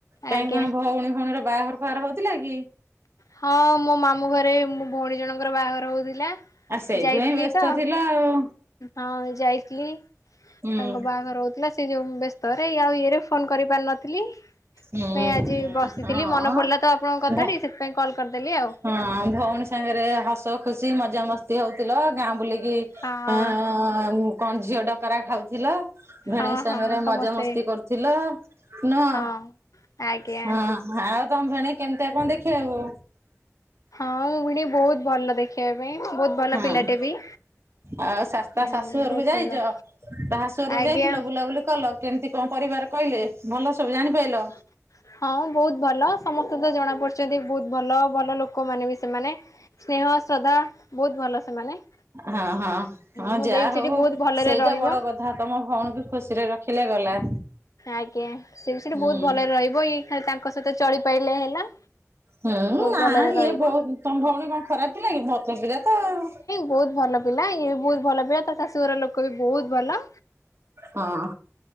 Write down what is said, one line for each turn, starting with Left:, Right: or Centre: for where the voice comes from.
Right: କାହିଁ
Left: ଆଜ୍ଞା
Right: କଣ ଭଉଣୀ ଫଉଣୀର ବାହାଘର ଫାହାଘର ହଉଥିଲା କି?
Left: ହଁ ମୋ ମାମୁଁ ଘରେ ମୋ ଭଉଣୀ ଜଣଙ୍କର ବାହାଘର ହଉଥିଲା।
Right: ଆ ସେଇଥିପାଇଁ
Left: ଯାଇଥିଲି
Right: ବ୍ୟସ୍ତ
Left: ତ
Right: ଥିଲା ଆଉ
Left: ହଁ ଯାଇଥିଲି
Right: ହୁଁ
Left: ତାଙ୍କ ବାହାଘର ଥିଲା ସେ ଯୋଉ ବ୍ୟସ୍ତରେ ଇଏ ଆଉ ଇଏରେ ଫୋନ କରି ପାର ନଥିଲି।
Right: ହୁଁ
Left: ସେଥିପାଇଁ
Right: ହଁ।
Left: ଆଜି ବସିଥିଲି ମନେ ପଡ଼ିଲା ତ ଆପଣଙ୍କ କଥାଟି
Right: ଭ
Left: ସେଥିପାଇଁ କଲ୍ କରିଦେଲି ଆଉ।
Right: ହଁ ଭଉଣୀ ସାଙ୍ଗରେ ହସ ଖୁସି ମଜାମସ୍ତି ହଉଥିଲା ଗାଁ ବୁଲିକି
Left: ହଁ
Right: ଅ କଣ ଝିଅ ଡକରା ଖାଉଥିଲା। ଭେଣେଇ
Left: ହଁ
Right: ସାଙ୍ଗରେ
Left: ହଁ ସମସ୍ତେ
Right: ମଜା ମସ୍ତି କରୁଥିଲ ନୁହଁ।
Left: ହଁ ଆଜ୍ଞା
Right: ହଁ ଆଉ ତମ ଭେଣେଇ କେମିତିଆ କଣ ଦେଖିବାକୁ?
Left: ହଁ ମୋ ଭିଣେଇ ବହୁତ୍ ଭଲ ଦେଖିବା ପାଇଁ ବହୁତ୍ ଭଲ
Right: ହଁ।
Left: ପିଲାଟେ ବି।
Right: ଆଉ ଶା
Left: ହୁଁ
Right: ତା ଶାଶୁ ଘରକୁ
Left: ବହୁତ
Right: ଯାଇଛ
Left: ସୁନ୍ଦର
Right: ତା ଶାଶୁ ଘରକୁ
Left: ଆଜ୍ଞା।
Right: ଯାଇଥିଲ ବୁଲାବୁଲି କଲ କେମିତି କଣ ପରିବାର କହିଲେ ଭଲ ସବୁ ଜାଣି ପାରିଲ।
Left: <unintelligible> ହଁ ବହୁତ୍ ଭଲ ସମସ୍ତେ ତ ଜଣା ପଡିୁଛନ୍ତି ବହୁତ୍ ଭଲ ଭଲ ଲୋକମାନେ ବି ସେମାନେ। ସ୍ନେହ ଶ୍ରଦ୍ଧା ବହୁତ୍ ଭଲ ସେମାନେ।
Right: ହଁ ହଁ ହଁ
Left: ମୋ
Right: ଯାହା
Left: ଦେଇ ବି ସେଠି
Right: ହଉ
Left: ବହୁତ ଭଲରେ
Right: ସେଇଟା
Left: ରହିବ।
Right: ବଡ଼ କଥା ତମ ଭଉଣୀକୁ ଖୁସିରେ ରଖ ରଖିଲେ ଗଲା।
Left: ଆଜ୍ଞା ସେ ବି ସେଠି
Right: ହୁଁ।
Left: ବହୁତ୍ ଭଲରେ ରହିବ ଇଏ ଖାଲି ତାଙ୍କ ସହିତ ଚଳିପାରଲେ ହେଲା।
Right: ହୁଁ
Left: ବହୁତ
Right: ନାଁ
Left: ଭଲରେ ରହିବ।
Right: ଇଏ ବହୁ ତମ ଭଉଣୀ କଣ ଖରାପ ପିଲା କି ଭଲ ପିଲା ତ ଆଉ।
Left: ବହୁତ୍ ଭଲ ପିଲା ଇଏ ବି ବହୁତ୍ ଭଲ ପିଲା ତା ଶାଶୁର ଲୋକ ବି ବହୁତ୍ ଭଲ।
Right: ହଁ